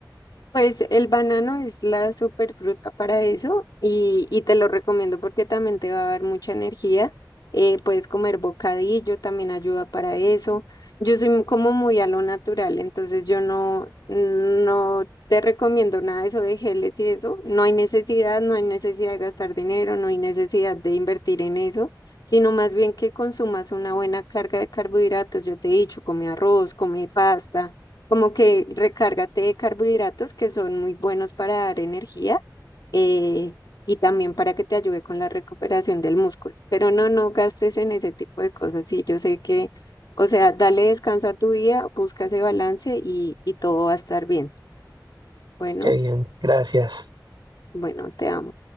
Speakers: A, on the left (about 65°); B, on the right (about 80°).
A: Pues el banano es la superfruta para eso y, y te lo recomiendo porque también te va a dar mucha energía. Eh, puedes comer bocadillo, también ayuda para eso. Yo soy mu- como muy a lo natural, entonces yo no, no te recomiendo nada de eso de geles y eso. No hay necesidad, no hay necesidad de gastar dinero, no hay necesidad de invertir en eso, sino más bien que consumas una buena carga de carbohidratos. Yo te he dicho, come arroz, come pasta como que recárgate de carbohidratos que son muy buenos para dar energía eh, y también para que te ayude con la recuperación del músculo. Pero no, no gastes en ese tipo de cosas. Sí, yo sé que, o sea, dale descanso a tu vida, busca ese balance y, y todo va a estar bien. Bueno,
B: Qué bien, gracias.
A: bueno, te amo.